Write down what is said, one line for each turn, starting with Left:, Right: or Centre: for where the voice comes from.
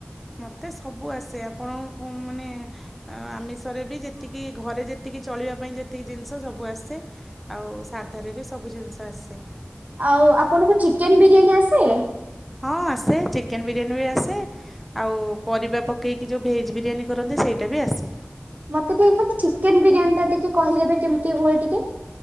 Centre: ମତେ ସବୁ ଆସେ ଆପଣଙ୍କୁ ମାନେ। ଆ ଆମିଷରେ ବି ଯେତିକି ଘରେ ଯେତିକି ଚଳିବା ପାଇଁ ଯେତିକି ଜିନିଷ ସବୁ ଆସେ। ଆଉ ସାଧାରେ ବି ସବୁ ଜିନିଷ ଆସେ।
Right: ଆଉ ଆପଣଙ୍କୁ ଚିକେନ୍ ବିରିୟାନୀ ଆସେ?
Centre: ହଁ ଆସେ ଚିକେନ୍ ବିରିୟାନୀ ବି ଆସେ। ଆଉ ପରିବା ପକେଇକି ଯୋଉ ଭେଜ୍ ବିରିୟାନୀ କରନ୍ତି ସେଇଟା ବି ଆସେ।
Right: ମତେ ଟିକେ ଖାଲି ଚିକେନ୍ ବିରିୟାନୀ ଟା ଟିକେ କହିଦେବେ କେମିତି ହୁଏ ଟିକେ?